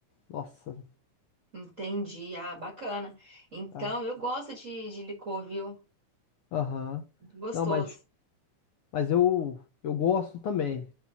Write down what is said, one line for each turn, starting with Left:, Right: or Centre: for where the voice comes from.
Left: Nossa,
Right: Entendi, ah, bacana. Então,
Left: cara.
Right: eu gosto de, de licor, viu?
Left: Aham.
Right: Muito gostoso.
Left: Não, mas mas eu, eu gosto também.